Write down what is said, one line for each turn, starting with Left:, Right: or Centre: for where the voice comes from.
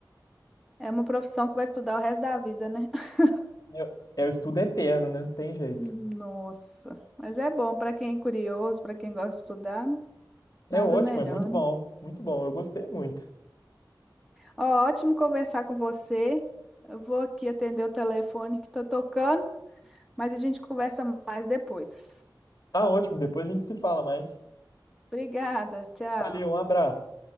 Centre: é uma profissão que vai estudar o resto da vida, né? <laughs>
Left: É, é o estudo eterno, né? Não tem jeito.
Centre: Nossa. Mas é bom para quem é curioso, para quem gosta de estudar,
Left: É
Centre: nada
Left: ótimo,
Centre: melhor,
Left: é muito
Centre: né?
Left: bom, muito bom, eu gostei muito.
Centre: Ó, ótimo conversar com você. Eu vou aqui atender o telefone que tá tocando, mas a gente conversa mais depois.
Left: Tá ótimo, depois a gente se fala mais.
Centre: Obrigada, tchau.
Left: Valeu, um abraço.